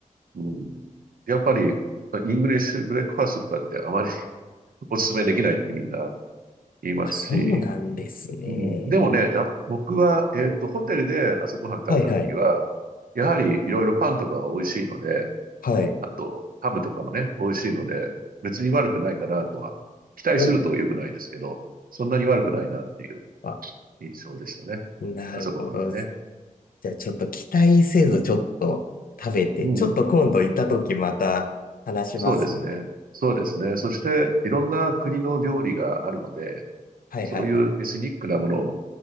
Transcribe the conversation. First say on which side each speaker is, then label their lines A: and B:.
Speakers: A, on the right; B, on the left.
A: うん。やっぱり、イングリッシュブレックファーストとかってあまり <laughs> お勧めできないってみんな言いますし、
B: あ、そうなんですね。
A: うん。でもね、や、僕は、えっと、ホテルで朝ごはん食べたときは、
B: はいはい。
A: やはりいろいろパンとかが美味しいので、
B: はい。
A: あと、ハムとかもね、美味しいので、別に悪くないかなとは、期待すると良くないですけど、
B: お、
A: そんなに悪くないなっていう
B: あ、
A: 印象でしたね。
B: なるほど。
A: 朝ごはんね。
B: じゃあちょっと期待せずちょっと食べて、
A: うん。
B: ちょっと今度行った時また話しますね。
A: そうですね。そうですね。そして、いろんな国の料理があるので、
B: はいはいはい。
A: そういうエスニックなものを